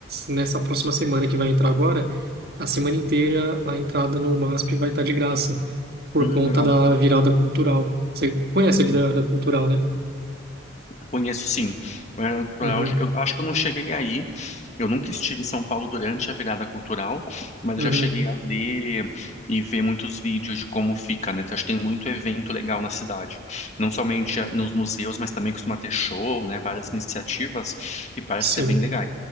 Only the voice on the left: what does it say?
hum,
legal.
Hum,
Conheço sim. O Virada Cultural,
eu acho que eu não cheguei aí. Eu nunca estive em São Paulo durante a virada cultural, mas eu
já cheguei a ler e ver muitos vídeos de como fica, né? Então, Acho que tem muito evento legal na cidade. Não somente ah, nos museus, mas também costuma ter show, né? Várias iniciativas e parece
ser bem legal.